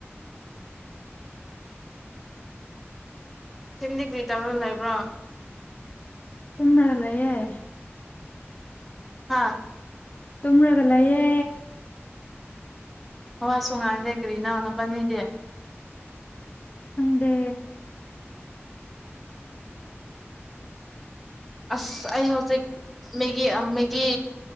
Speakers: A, in the centre; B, on the left.
A: ꯁꯦꯝꯗꯤ ꯀꯔꯤ ꯇꯧꯔꯒ ꯂꯩꯕ꯭ꯔꯣ
B: ꯇꯨꯝꯗꯅꯂꯩꯌꯦ
A: ꯍꯥꯥ
B: ꯇꯨꯝꯔꯒ ꯂꯩꯌꯦ
A: ꯋꯥꯁꯨ ꯉꯥꯡꯗꯦ ꯀꯔꯤꯅꯣ ꯅꯥꯕꯥꯟꯅꯤꯗꯤ
B: ꯍꯪꯗꯦ
A: ꯑꯁ ꯑꯩꯥ ꯍꯧꯖꯤꯛ ꯃꯦꯒꯤ ꯃꯦꯒꯤ